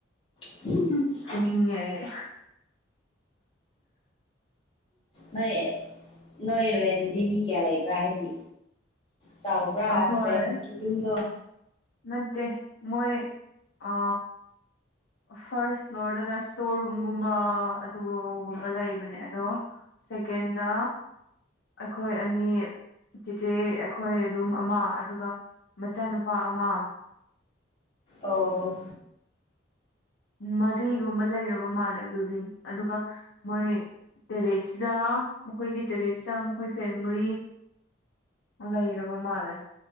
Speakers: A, on the left; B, on the left.
A: <unintelligible>
B: ꯐꯨꯅꯤꯡꯉꯦ ꯑꯩ
A: ꯅꯣꯏ ꯅꯣꯏꯔꯦꯟꯗꯤ ꯃꯤ ꯀꯌꯥ ꯂꯩꯕ꯭ꯔꯥ ꯍꯥꯏꯗꯤ ꯆꯥꯎꯕ꯭ꯔꯥ
B: ꯑꯩꯈꯣꯏ
A: ꯔꯦꯟꯒꯤ ꯌꯨꯝꯗꯣ
B: ꯅꯠꯇꯦ ꯃꯣꯏ ꯑ ꯐꯥꯔꯁ ꯐ꯭ꯂꯣꯔꯗꯅ ꯏꯁꯇꯣꯔ ꯔꯨꯝꯒꯨꯝꯕ ꯑꯗꯨꯒꯨꯝꯕ ꯂꯩꯕꯅꯦ ꯑꯗꯣ ꯁꯦꯀꯦꯟꯗ ꯑꯩꯈꯣꯏ ꯑꯅꯤ ꯆꯤꯆꯦ ꯑꯩꯈꯣꯏ ꯔꯨꯝ ꯑꯃ ꯑꯗꯨꯒ ꯃꯆꯥꯅꯨꯄꯥ ꯑꯃ
A: ꯑꯣ
B: ꯃꯔꯤꯒꯨꯝꯕ ꯂꯩꯔꯕ ꯃꯥꯜꯂꯦ ꯕꯤꯜꯗꯤꯡ ꯑꯗꯨꯒ ꯃꯣꯏ ꯇꯦꯔꯦꯠꯁꯤꯗ ꯃꯈꯣꯏꯒꯤ ꯇꯦꯔꯦꯠꯁꯤꯗ ꯃꯈꯣꯏ ꯐꯦꯃꯤꯂꯤ ꯂꯩꯔꯕ ꯃꯥꯜꯂꯦ